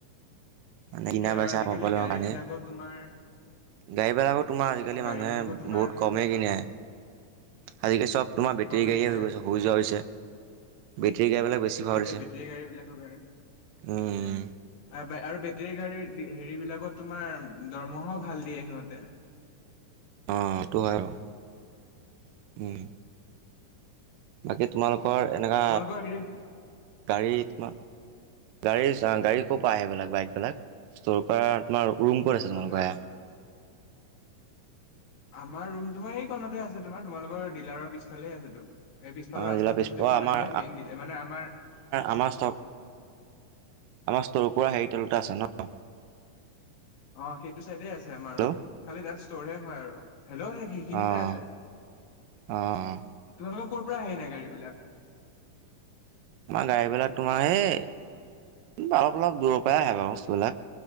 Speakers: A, on the right; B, on the left.
A: আ
B: সেইটোয়ে
A: কিনে
B: আৰু
A: বেচাই
B: আজিকালি
A: পল
B: গাড়ী
A: কাৰানে
B: বিলাকত তোমাৰ
A: গাড়ীবেলাকো
B: সেইটোৱে
A: তোমাৰ আজিকালি
B: আকৌ গাড়ীবিলাকত
A: মানুহে
B: তোমাৰ
A: বহুত
B: আজিকালি
A: কমেই কিনে। আজিকালি চব তোমাৰ বেটেৰী
B: পোৱা
A: গাড়ীয়ে
B: কি নাই
A: হৈ গৈছে হৈ যোৱা হৈছে। বেটেৰী গাড়ীবিলাক বেছি হোৱা
B: সেইটোৱে
A: হৈছে
B: বেটেৰী গাড়ী বিলাকৰ কাৰণে
A: উম
B: সেইয়া আৰু বেটেৰী গাড়ীৰ হেৰি বিলাকত তোমাৰ দৰমহাও ভাল দিয়ে সিহঁতে
A: অটো হয় আৰু। বাকী তোমালোকৰ এনেকাা
B: তোমালোকৰ হেৰিত
A: গাড়ী তোমাৰ গাড়ী - গাড়ী ক'ৰ পৰা আহেিলাক বাইক বিলাক ষ্টৰ কৰা তমাৰ ৰুম ক'ত আছে তোমালোকা
B: আমাৰ
A: সয়া
B: আমাৰ ৰুম তোমাৰ এইেই কণতে আছে তোমাৰ তোমালোকৰ ডিলাৰৰ পিছফালই আছেতো এই পিছফালৰ
A: আমাৰ
B: ৰাস্তাটোতো
A: জিলা পিছ
B: যে সোমাই
A: আমাৰ
B: যায় মেইন মানে আমাৰ।
A: আমাৰ ষ্টক আমাৰ ষ্ট'ৰৰ পৰা হেৰি তেলত আছে ন।
B: অ', সেইটো চাইডে আছে আমাৰ
A: হেল্ল'
B: খালি তাত ষ্টৰহে হয় আৰু হেল্ল' সেইখিনিতে
A: অ
B: আছে <inaudible>
A: অ',
B: তোমালোকৰ ক'ৰ পৰা আহে নাই গাড়ী বিলাক।
A: তোমাৰ গাড়ী বিলাক তোমাৰ সেই অলপ - অলপ দূৰৰ পৰাই আহে বাৰু বস্তুবিলাক।